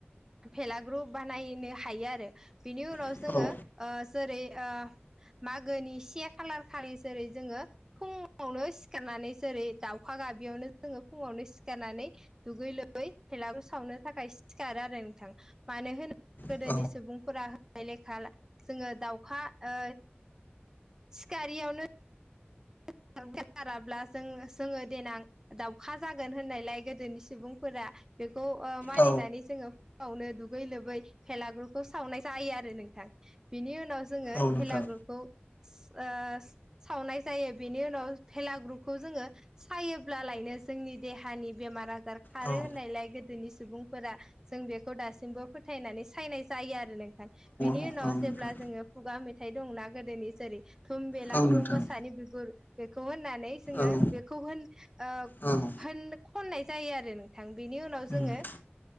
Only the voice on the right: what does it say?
भेलाग्रु बानायनो हायो आरो बिनि उनाव
जोङो ओ जेरै ओ मागोनि से खालार खालि जेरै जोङो फुंङावनो सिखारनानै जेरै दाउखा गाबियावनो जोङो फुङावनो सिख सिखारनानै दुगै लोबै भेलागुर सावनो थाखाय सिखारो आरो नोंथां मानो होनो गोदोनि
सुबुंफोरा लेखा जोङो दाउखा ओ सिखारियावनो <unintelligible> जों जोङो देनां दाावखा जागोन होननायलाय गोदोनि सुबुंफोरा बेखौ ओ मानिनानै
जोङो फुंङावनो दुगै लोबै भेलागुरखौ सावनाय जायो आरो नोंथां बेनि उनाव जोङो
भेलागुरखौ
ओ सावनाय जायो। बेनि उनाव भेलागुरखौ जोङो सायोब्लालायनो जोंनि देहानि बेमार आजार खारो
होननायलाय गोदोनि सुबुंफोरा जों बेखौ दासिमबो फोथायनानै सायनाय जायो आरो नोंथां। बिनि
उनाव
जेब्ला जोङो खुगा मेथाइ दंना गोदोनि जेरै थुम बेलाग्रु
मोसानि बिगुर बेखौ होननानै जोङो
बे खौ होन ओ
होन खननाय जायो आरो बेनि उनाव
जोङो